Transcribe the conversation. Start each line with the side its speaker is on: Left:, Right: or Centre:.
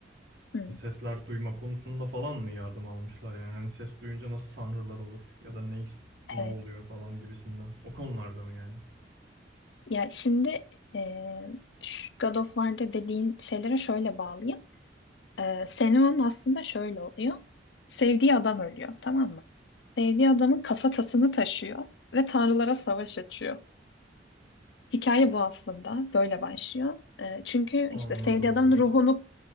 Left: hı. Hı.
Right: Sesler duyma konusunda falan mı yardım almışlar yani hani ses duyunca nasıl sanrılar olur ya da ne his- ne
Left: Evet.
Right: oluyor falan gibisinden. O konularda mı yani?
Left: Ya şimdi e, şu God of War'da dediğin şeylere şöyle bağlayayım. E, Senua'nın aslında şöyle oluyor. Sevdiği adam ölüyor, tamam mı? Sevdiği adamın kafatasını taşıyor ve tanrılara savaş açıyor. Hikaye bu aslında. Böyle başlıyor. Ee, çünkü
Right: Anladım
Left: işte sevdiği
Right: abi.
Left: adamın ruhunu